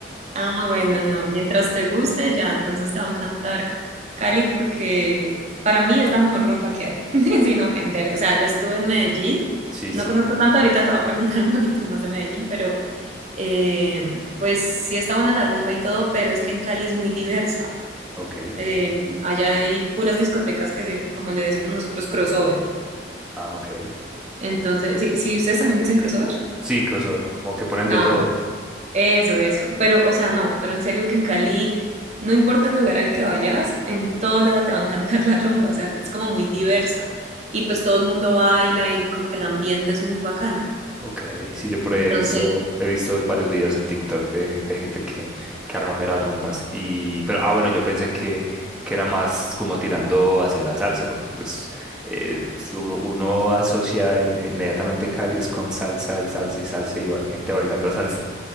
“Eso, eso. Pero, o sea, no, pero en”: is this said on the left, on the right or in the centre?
Right